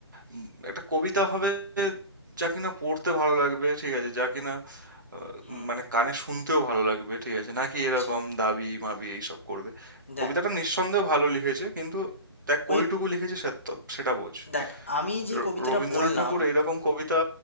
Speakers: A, on the right; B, on the left.
A: উম, একটা কবিতা হবে যা কিনা পড়তে ভালো লাগবে ঠিক আছে যা কিনা আহ,
B: হুম
A: মানে কানে শুনতেও ভালো লাগবে ঠিক আছে নাকি
B: আচ্ছা
A: এরকম দাবি মাবি এইসব করবে
B: দেখ
A: কবিতাটা নিঃসন্দেহে ভালো লিখেছে কিন্তু দেখ
B: ওই
A: কইটুকু লিখেছে সে তো- সেটা বোঝ
B: দেখ আমি যে
A: র-
B: কবিতাটা
A: রবীন্দ্রনাথ
B: বললাম
A: ঠাকুর এইরকম কবিতা